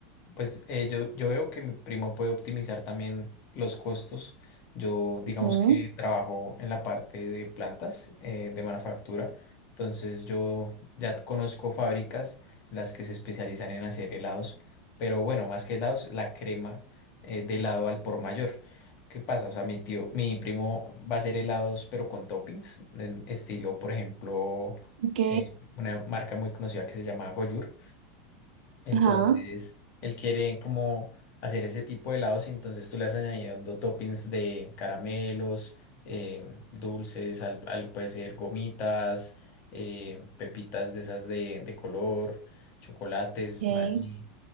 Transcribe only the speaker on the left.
Pues eh, yo, yo veo que mi primo puede optimizar también los costos. Yo digamos
que trabajo en la parte de plantas eh, de manufactura, entonces yo ya conozco fábricas en las que se especializan en hacer helados, pero bueno, más que helados, la crema eh, de helado al por mayor. ¿Qué pasa? O sea, mi tío, mi primo va a hacer helados, pero con toppings, en estilo, por ejemplo,
eh, una marca muy conocida que se llama Goyur entonces,
él quiere como hacer ese tipo de helados y entonces tú le vas añadiendo toppings de caramelos, em, dulces, al, al- puede ser gomitas, em, pepitas de esas de, de color, chocolates,
maní